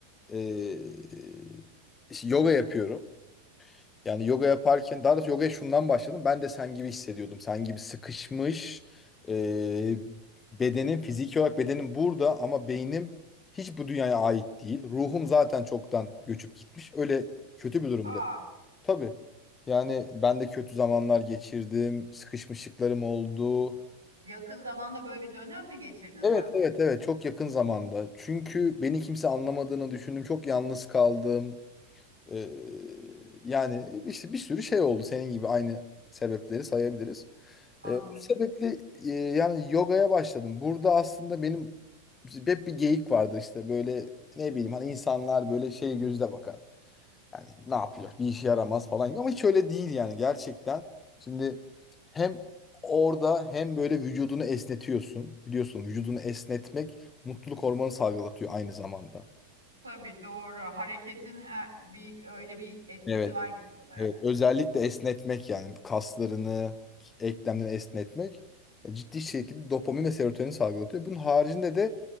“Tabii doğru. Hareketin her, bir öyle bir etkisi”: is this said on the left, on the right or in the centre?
Right